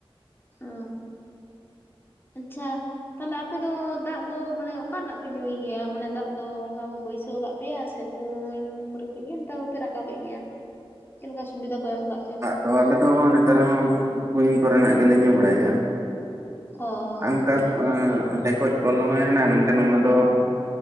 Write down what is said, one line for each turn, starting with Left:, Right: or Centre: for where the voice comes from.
Left: ᱚ ᱟᱪᱪᱷᱟ᱾ ᱛᱟᱦᱞᱮ ᱟᱯᱮ ᱫᱚ ᱫᱟᱜ ᱫᱚ ᱢᱟᱱᱮ ᱚᱠᱟ ᱨᱮᱱᱟᱜ ᱯᱮ ᱧᱩᱭ ᱜᱮᱭᱟ ᱢᱟᱱᱮ ᱫᱟᱜ ᱫᱚ ᱚᱱᱠᱟ ᱠᱚ ᱵᱟᱹᱭᱥᱟᱹᱣ ᱠᱟᱜ ᱠᱚᱣᱟ᱾ ᱟᱯᱮᱭᱟ ᱥᱮ ᱠᱩᱧ ᱠᱚᱨᱮ ᱠᱷᱚᱡ ᱜᱮ ᱱᱮᱛᱟᱨ ᱦᱚᱸᱯᱮ ᱨᱟᱠᱟᱵᱮᱜ ᱜᱮᱭᱟ? ᱪᱮᱫ ᱞᱮᱠᱟ ᱥᱩᱵᱤᱫᱟ ᱠᱚ ᱮᱢ ᱟᱠᱟᱫ ᱯᱮᱭᱟ?
Right: ᱛᱚ ᱟᱞᱮ ᱫᱚ ᱱᱮᱛᱟᱨ ᱦᱚᱸ ᱠᱩᱧ ᱠᱚᱨᱮᱱᱟᱜ ᱜᱮᱞᱮ ᱧᱩ ᱵᱟᱲᱟᱭᱮᱜᱼᱟ᱾
Left: ᱚ
Right: ᱮᱱᱠᱟ
Left: ᱟᱪᱪᱷᱟ
Right: ᱮᱸ ᱰᱷᱮᱠᱚᱡ ᱠᱚᱞ ᱦᱚᱸ ᱦᱮᱱᱟ ᱢᱮᱱᱠᱷᱟᱱ ᱚᱱᱟ ᱫᱚ